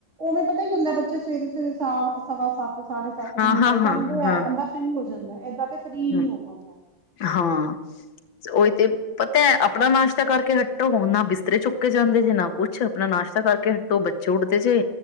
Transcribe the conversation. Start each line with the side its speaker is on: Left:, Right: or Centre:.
Right: ਔ ਨਾ ਪਤਾ ਕੀ ਹੁੰਦੈ ਬੱਚੇ ਸਵੇਰੇ ਸਵੇਰੇ ਸਾਫ਼ ਸਵਾ ਸੱਤ ਸਾਢੇ ਸੱਤ ਨੂੰ
Left: ਹਾਂ-ਹਾਂ-ਹਾਂ-ਹਾਂ-ਹਾਂ,
Right: ਨਿਕਲ ਜਾਂਦੇ ਹੈ ਬੰਦਾ ਫਰੀ ਹੋ ਜਾਂਦੈ। ਏਦਾਂ ਤੇ ਫਰੀ ਨੀ
Left: ਹੂੰ,
Right: ਹੋ ਪਾਂਦਾ।
Left: ਹਾਂ, ਔਹੀ ਤੇ ਪਤੈ ਆਪਣਾ ਨਾਸ਼ਤਾ ਕਰਕੇ ਹਟੋ ਹੁਣ ਨਾ ਬਿਸਤਰੇ ਚੁੱਕੇ ਜਾਂਦੇ ਜੇ ਨਾ ਕੁਛ ਆਪਣਾ ਨਾਸ਼ਤਾ ਕਰਕੇ ਹਟੋ ਬੱਚੇ ਉੱਠਦੇ ਜੇ